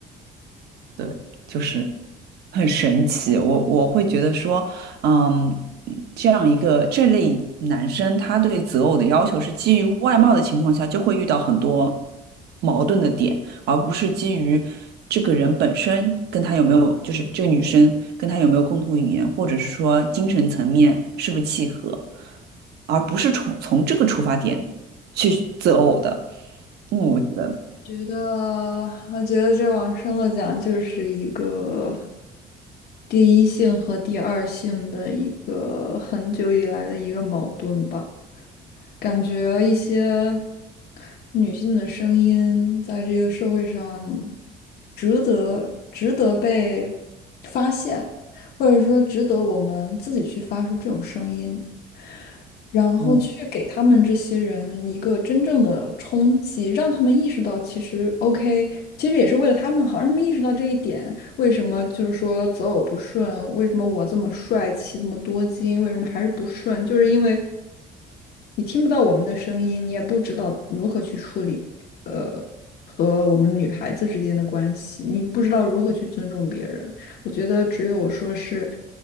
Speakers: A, on the right; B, on the left.
A: 对，就是很神奇。我我会觉得说，嗯，这样一个这类男生，他对择偶的要求是基于外貌的情况下，就会遇到很多矛盾的点，而不是基于这个人本身跟他有没有，就是这个女生跟他有没有共同语言，或者是说精神层面是不是契合，而不是从从这个出发点去择偶的。嗯，我觉得。
B: 觉得，我觉得这往深了讲，就是一个第一性和第二性的一个很久以来的一个矛盾吧。感觉一些女性的声音在这个社会上值得值得被发现，或者说值得我们自己去发出这种声音。然后去给他们这些人一个真正的冲击，
A: 嗯。
B: 让他们意识到其实 OK，其实也是为了他们好，让他们意识到这一点。为什么就是说择偶不顺？为什么我这么帅气，这么多金，为什么还是不顺？就是因为。你听不到我们的声音，你也不知道如何去处理，呃，和我们女孩子之间的关系，你不知道如何去尊重别人。我觉得只有说是